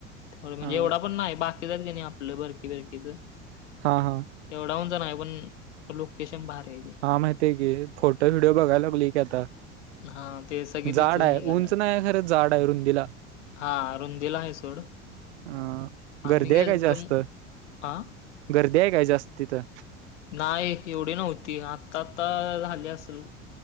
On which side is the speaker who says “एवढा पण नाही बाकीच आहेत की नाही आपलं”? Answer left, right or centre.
Left